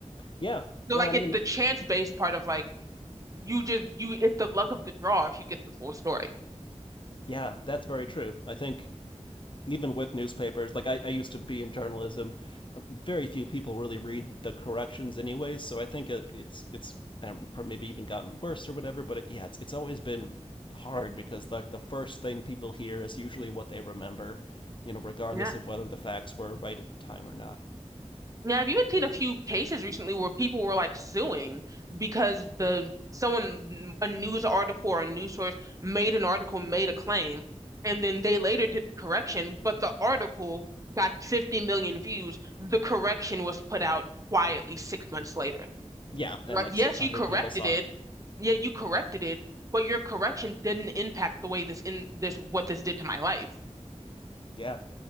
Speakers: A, on the left; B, on the right.
A: Yeah.
B: So
A: Yeah.
B: like
A: I mean,
B: it, the chance-based part of like you just you it's the luck of the draw if you get the full story.
A: yeah, that's very true. I think even with newspapers, like I, I used to be in journalism, very few people really read the corrections anyways. So I think it, it's, it's um, maybe even gotten worse or whatever. But it, yeah, it's, it's always been hard because like the the first thing people hear is usually what they remember, you know, regardless
B: Yeah.
A: of whether the facts were right at the time or not.
B: Yeah, I've even seen a few cases recently where people were like suing because the someone mm, a news article or a news source made an article, made a claim, and then they later did the correction, but the article got 50 million views. The correction was put out quietly six months later.
A: Yeah. And
B: Like,
A: like
B: yes,
A: 600
B: you corrected
A: people saw
B: it.
A: it.
B: Yeah, you corrected it, but your correction didn't impact the way this in this what this did to my life
A: Yeah.